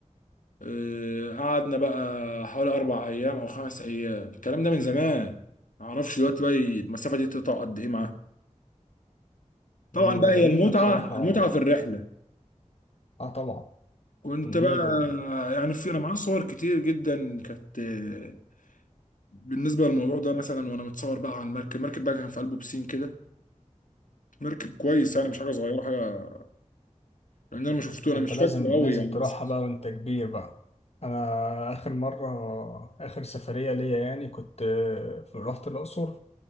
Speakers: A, on the left (about 90°); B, on the left (about 55°).
A: آه، قعدنا بقى حوالي اربع ايام او خمس ايام الكلام ده من زمان معرفش دلوقتي بقى المسافة دي تقطع قد ايه معاه طبعا
B: أمم،
A: بقى
B: ده جميلة
A: هي المتعه
B: بصراحة
A: المتعه في الرحله
B: اه طبعا
A: كنت
B: النيل
A: بقى
B: والمركب
A: يعني في انا معايا صور كتير جدا كانت آه، بالنسبه للموضوع ده مثلا وانا متصور بقى على المركب المركب بقى كان في قلبه بسين كده مركب كويس يعني مش حاجه صغيره حاجه لان انا ما شفته
B: ده
A: انا
B: انت
A: مش
B: لازم
A: فاكره قوي
B: لازم
A: يعني
B: تروحها
A: بس
B: بقى وانت كبير بقى انا اخر مرة اخر سفرية ليا يعني كنت آه، رحت الأقصر